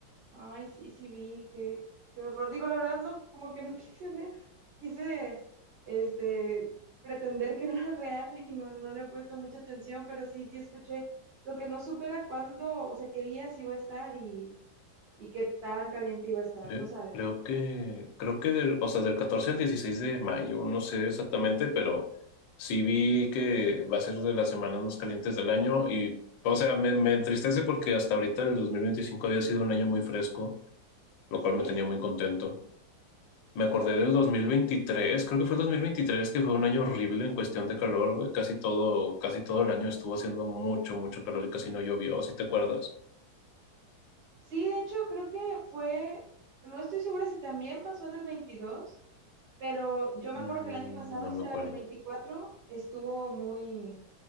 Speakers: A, on the right; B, on the left.
A: Ay, sí, sí vi, qué, qué horror. Digo, la verdad, no, como que no quise ver. Quise, este, pretender que no era real y no, no le he puesto mucha atención, pero sí, sí escuché lo que no supera cuándo, o sea, qué días iba a estar y, y qué tan caliente iba a estar,
B: Cre-
A: no sabes.
B: Creo, que, creo que del, o sea, del 14 al 16 de mayo, no sé exactamente, pero sí vi que va a ser de las semanas más calientes del año y, o sea, me, me entristece porque hasta ahorita el 2025 había sido un año muy fresco, lo
A: Sí,
B: cual me tenía
A: sí.
B: muy contento. Me acordé del 2023, creo que fue el 2023, que fue un año horrible en cuestión de calor, güey. Casi todo, casi todo el año estuvo haciendo mucho, mucho calor y casi no llovió, si te acuerdas?
A: Sí, de hecho, creo que fue, no estoy segura si también pasó en el 22, pero yo me
B: Mm,
A: acuerdo que el año pasado,
B: no
A: o
B: me
A: sea,
B: acuerdo.
A: el 24, estuvo muy